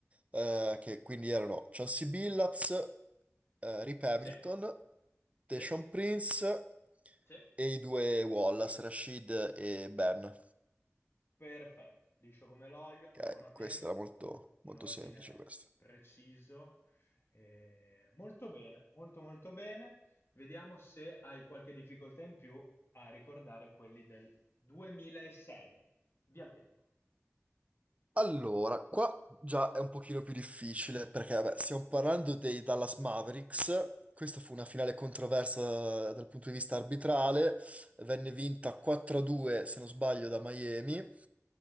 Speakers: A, on the right; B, on the left.
A: eh, che quindi erano Chauncey Billups, eh, Rip Hamilton,
B: Sì,
A: Tayshaun
B: sì,
A: Prince
B: sì.
A: e i due Wallace, Rashid e Ben.
B: Perfetto, liscio come l'olio, non
A: Ok,
B: fa una piega,
A: questa era molto,
B: in
A: molto
B: ordine
A: semplice questa.
B: preciso. Eh, molto bene, molto molto bene. Vediamo se hai qualche difficoltà in più a ricordare quelli del 2006. Via il tempo.
A: Allora, qua già è un pochino più difficile perché vabbè, stiamo parlando dei Dallas Mavericks. Questa fu una finale controversa eh, dal punto di vista arbitrale, venne vinta 4-2 se non sbaglio da Miami,